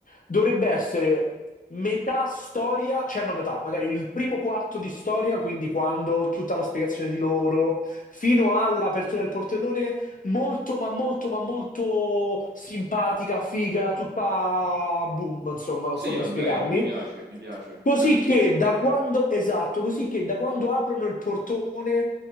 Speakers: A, on the left; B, on the right.
A: dovrebbe essere metà storia, cioè no, metà, magari il primo quarto di storia, quindi quando tutta la spiegazione di loro, fino all'apertura del portellone, molto ma molto ma molto simpatica, figa, tutta boom, insomma, non
B: Sì,
A: so come
B: va
A: spiegarmi.
B: bene, mi piace, mi piace.
A: Così
B: Amichevole.
A: che da quando, esatto, così che da quando aprono il portone.